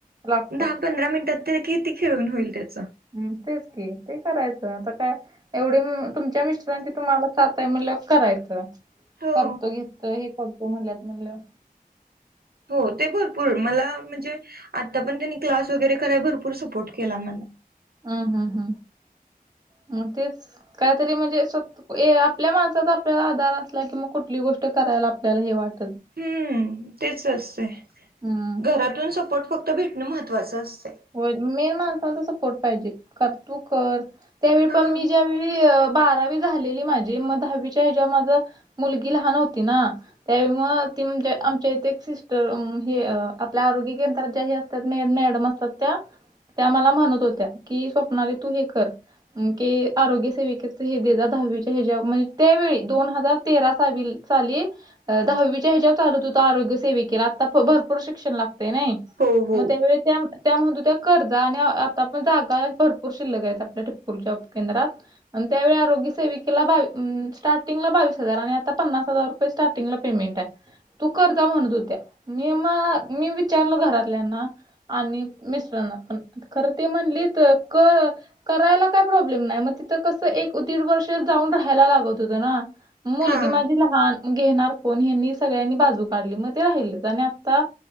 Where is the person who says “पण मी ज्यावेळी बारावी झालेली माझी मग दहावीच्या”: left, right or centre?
Right